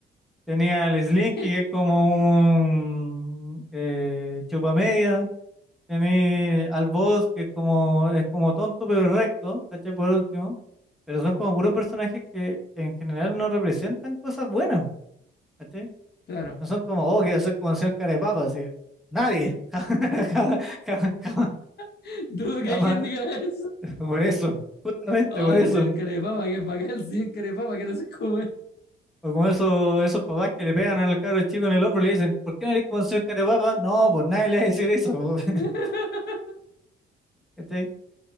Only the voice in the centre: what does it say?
tenía al Slinky
que es como un eh, chupamedia, Tenéis al boss que es como, es como tonto pero recto, ¿cachai? Por último. Pero son como puros personajes que en general no representan cosas buenas, ¿cachai?
No son como, oh, quiero ser como el señor cara de papa, así. Nadie. <laughs> Jamás, jamás, jamás,
jamás.
Por eso, justamente
por eso.
O como esos, esos papás que le pegan al cabro chico en el hombro y le dicen, ¿por qué no eres como el señor cara de papa? No, pues nadie le va a decir eso. po". <laughs>
¿Cachai?